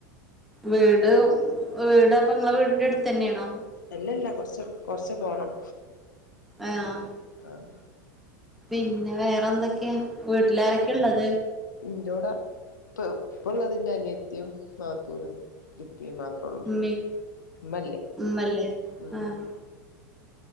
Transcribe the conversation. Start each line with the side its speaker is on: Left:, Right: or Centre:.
Centre: വീട് വീട് അപ്പൊ നിങ്ങളെ വീടിന്റെ അടുത്ത് തന്നെയാണോ
Left: അല്ലല്ല കൊറച്ച കൊറച്ച പോണം
Centre: ആഹ്
Left: ആഹ്
Centre: പിന്നെ വേറെ എന്തൊക്കെയ വീട്ടിലാരൊക്കെ ഉള്ളത്
Left: ഇറൂടെ ഇപ്പ ഇപ്പള്ളതിന്റെറ അനിയത്തിയും നാത്തൂനും ഇപ്പയും മാത്രം ഉം
Centre: ഉമ്മീം ഉമ്മല്ലേ
Left: <unintelligible>
Centre: ആഹ്